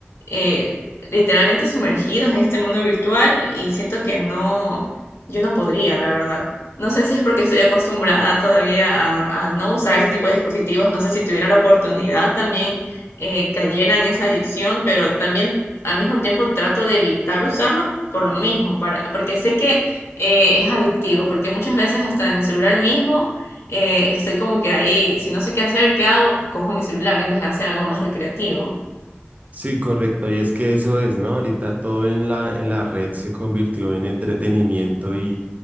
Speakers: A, on the left (about 75°); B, on the right (about 35°).
A: eh, literalmente sumergidos en este mundo virtual y siento que no, yo no podría, la verdad. No sé si es porque estoy acostumbrada todavía a, a no usar ese tipo de dispositivos. No sé si tuviera la oportunidad también eh, cayera en esa adicción, pero también al mismo tiempo trato de evitar usarlos por lo mismo, para, porque sé que eh, es adictivo, porque muchas veces hasta en el celular mismo eh, estoy como que ahí, si no sé qué hacer, ¿qué hago? Cojo mi celular en vez de hacer algo más recreativo.
B: Sí, correcto. Y es que eso es, ¿no? Ahorita todo en la, en la red se convirtió en entretenimiento y